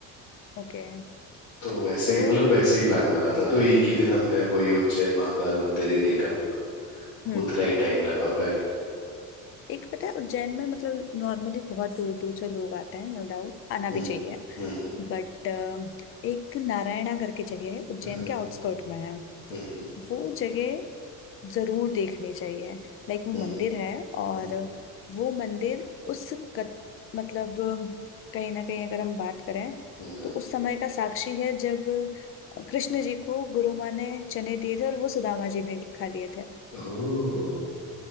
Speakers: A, on the left; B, on the left.
A: ओके
B: तो ऐसा
A: तो
B: ही मतलब वैसे ही प्लान बना था तो एक ही दिन हमने वही उज्जैन महाकाल मंदिर ही देखा
A: हम्म
B: उतना ही टाइम लगा पाए
A: एक पता है उज्जैन में मतलब नॉर्मली बहुत दूर दूर से लोग आते हैं नो डाउट आना
B: हम्म
A: भी चाहिए
B: हम्म
A: बट एक नारायणा करके जगह है उज्जैन
B: हम्म
A: के आउटस्कर्ट में है
B: हम्म
A: वो जगह जरूर देखनी चाहिए लाइक वो
B: हम्म
A: मंदिर है और
B: हम्म,
A: वो मंदिर उस कत, मतलब कहीं ना कहीं अगर हम बात करें
B: हम्म,
A: तो उस समय का साक्षी है जब कृष्ण जी को गुरु माँ ने चने दिए थे और वो सुदामा जी ने खा लिए थे
B: ओह